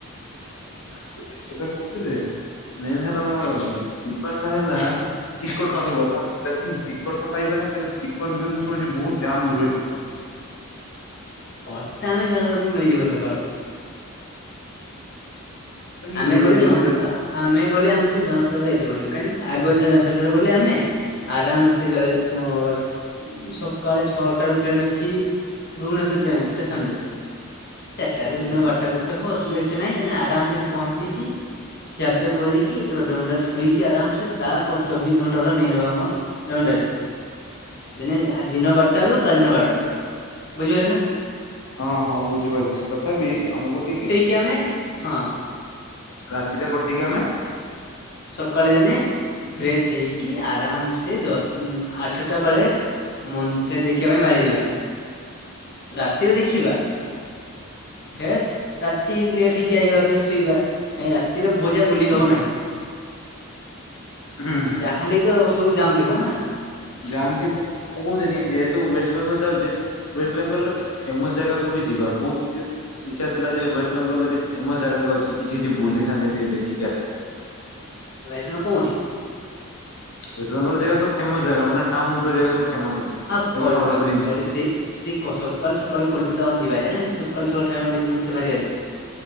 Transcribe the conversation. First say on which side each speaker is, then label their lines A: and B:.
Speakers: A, on the left (about 75°); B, on the left (about 45°).
A: ତୁ ଠିକ କଥା କହୁଛୁ ଯେ ମେନ୍ ହେଲା ମୋର ଯିବା ଟା ହେଲା ଟିକଟ ପାଖରେ କଥା ଆପଣ ଦେଖନ୍ତୁ ଟିକଟ ଟା ପାଇବେ ନା କା ଟିକଟ ବି ମୁଁ ଶୁଣିଛି ବହୁତ ଜା ରୁହେ ଟିକଟ।
B: କଟା ଆମେ <unintelligible> ମିଳିଯିବ ସକାଳୁ।
A: କି
B: ଆମେ
A: ମିଳୁନି
B: ଗଲେ ଜଣଙ୍କୁ
A: ମୁଁ ଦେଖ
B: ଆମେ ଗଲେ ଆମକୁ ଜନସାଚତ ଯାଇତେ ପଡିବ କାହିଁକିନା ଆଗ ଦିନ ଜନସାଷରେ ଗଲେ ଆମେ ଆରାମ ସେ ଜଳ ମୋର ଉ ସକାଳେ ଛଅଟା ରୁ ଟ୍ରେନ ଅଛି ଭୁବନେଶ୍ୱର ଟ୍ରେନ ଷ୍ଟେସନ ରେ।। ଚାର ଟାରୁ ଦିନ
A: ଆଛା।
B: ବାରଟା ଗୋଟେ ହଉ ଅସୁବିଧା କିଛି ନାହିଁ ଦେନେ ଆରାମସରେ ପହଞ୍ଚିକି ଖିଆପିଆ କରିକି ଗୋଟେ ରୁମରେ ଶୋଇକି ଆରାମସ ତାପ ଚବିଶ ଘଣ୍ଟା ହେଲା ନେଇ ନେବା ଆମର ଡୋଟୋୟେରୀ। ଦିନେ ଦିନ ବାରଟାରୁ କାଲି ଦିନ ବାରଟା ବୁଝିପାରିଲେ ନା?
A: ହଁ ହଁ ବୁଝିପାରୁଛି ତଥାପି ବି ଆମକୁ ଟିକେ
B: କି ଆମେ ହଁ।
A: ରାତିଟା କଟିକି ଆମେ
B: ସଖାଳେ ଜାନେ ଫ୍ରେଶ ହେଇକି ଆରାମ ସେ ଦଶ ଆଠଟା ବେଳେ ମନ ଫେ ଦେଖିବା ପାଇଁ ବାହାରି ଯିବା। ରାତିରେ ଦେଖିବା। ଫେର୍ ରାତି ଲେଟ୍ ହେଇକି ଆଇବା ଫର ଶୋଇବା। କାହିଁ ରାତିରେ ଭଉଜା ବୁଲି ହବ ନାହିଁ।
A: ହୁଁ
B: ଯାହାହେଲେ ତ ସବୁ ଜାମ ଥିବ ନା।
A: ଜାମ୍ ଥିବ ମୁଁ କହୁଥିଲିନି ଯେହେତୁ ୱେଷ୍ଟ ବେଙ୍ଗଲ ଯାଉଛେ ୱେଷ୍ଟବେଙ୍ଗଲର କିଛି ଫେମସ ଜାଗାକୁ ବି ଯିବା ବହୁତ ଦିନ୍ ଇଚ୍ଛା ଥିଲା ଯେ ୱେଷ୍ଟବେଙ୍ଗଲର ଯେ ଫେମସ ଜାଗା ଅଛି କିଛି କିଛି ବୁଲିଥାନ୍ତେ ଟିକେ ଦେଖି ଆସ୍
B: <unintelligible> କୋଉଠି?
A: ୱେଷ୍ଟବେଙ୍ଗଲରେ ଜାଗା ସବ ଫେମସ ଜାଗା ମାନେ ଟାଉନ ଉପରେ ଜାଗା ସବୁ ଫେମସ ଅଛି।
B: ଆଉ
A: ଏବଂ
B: କ <unintelligible>
A: ହାଉଡା ବ୍ରିଜ
B: ସେଇ ସେ କ ସକାଳୁ ସକାଳୁ କୋଲକତା ଆମେ ଯିବା ଯାଏନା ସେ ସକାଳୁ ସକାଳୁ ଠାକୁ ବୁଲତେ ବାହାରିବା ଯେ